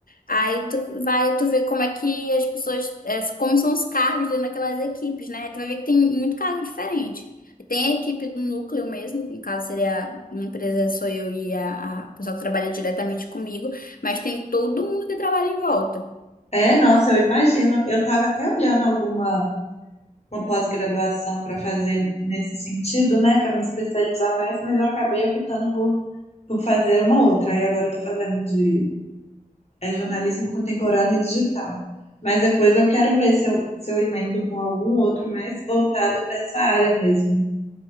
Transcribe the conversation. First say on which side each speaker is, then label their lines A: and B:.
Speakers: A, on the left; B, on the left.
A: Aí tu vai, tu vê como é que as pessoas, é, como são os cargos dentro daquelas equipes, né? Tu vai ver que tem muito cargo diferente. Tem a equipe do núcleo mesmo, que no caso seria uma empresa, sou eu e a, a pessoa que trabalha diretamente comigo, mas tem todo mundo que trabalha em volta.
B: É, nossa, eu imagino. Eu tava até olhando alguma. uma pós-graduação para fazer nesse sentido, né, para me especializar mais, mas eu acabei optando por, por fazer uma outra. Aí agora eu estou fazendo de é jornalismo contemporâneo e digital. Mas depois eu quero ver se eu, se eu emendo com algum outro mais voltado para essa área mesmo.